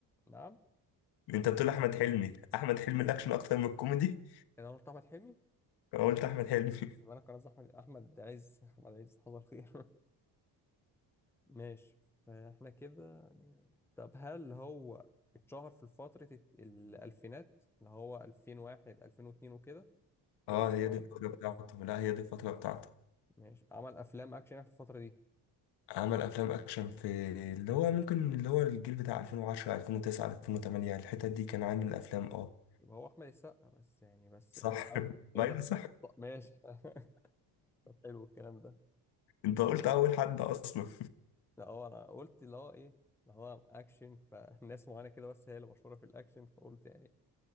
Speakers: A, in the centre; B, on the left.
A: نعم
B: انت بتقول احمد حلمي احمد حلمي الاكشن اكتر من الكوميدي
A: انا قلت احمد حلمي
B: فقلت احمد حلمي
A: وانا كان قصدي احمد احمد عز <laughs> احمد عز حصل خير ماشي فاحنا كده يعني طب هل هو اتشهر في فترة الت- الألفينات اللي هو 2001 2002 وكده
B: <laughs>
A: ولا
B: اه هي
A: اتشهر
B: دي الفتره بتاعته لا هي دي الفتره بتاعته
A: ماشي عمل أفلام أكشن في الفترة دي
B: عمل افلام اكشن في اللي هو ممكن اللي هو الجيل بتاع 2010 2009 2008 الحتت دي كان عامل افلام اه
A: يبقى هو أحمد السقا بس يعني بس
B: صح
A: أو
B: <laughs> لا
A: إيه ده
B: يا صح <laughs>
A: طب ماشي <laughs> طب حلو الكلام ده
B: انت قلت اول حد اصلا
A: لا هو أنا قلت اللي هو إيه اللي هو أكشن فالناس معينة كده بس هي اللي مشهورة في الأكشن فقلت يعني